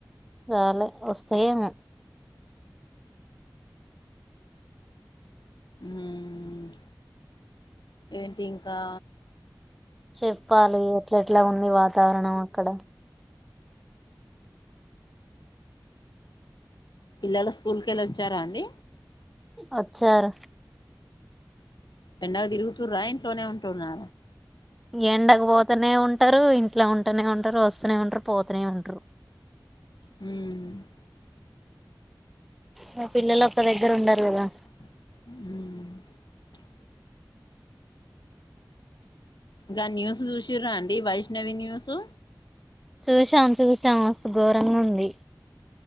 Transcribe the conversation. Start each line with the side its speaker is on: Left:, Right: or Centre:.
Centre: రాలే ఒస్తయేమో
Left: ఊమ్ ఏంటి ఇంకా
Centre: చెప్పాలి ఎట్లా ఎట్ల ఉ వాతావర్ణం అక్కడ
Left: పిల్లలు స్కూల్ కెలోచ్చారా అండి
Centre: ఒచ్చారు
Left: ఎండల తిరుగుతు రా ఇంట్లోనే ఉంటుర
Centre: ఎండకపోతనే ఉంటరు ఇంట్ల ఉంటనే ఉంటరు ఒస్తనే ఉంట్రు పోతనే ఉంట్రు
Left: ఉమ్
Centre: మా పిల్లలోక్క దగ్గర ఉండరు గదా
Left: ఉమ్ గా న్యూస్ చూశిర్ర అండి వైష్ణవి న్యూసు
Centre: చూశాం చూశాం మస్తు ఘోరంగుంది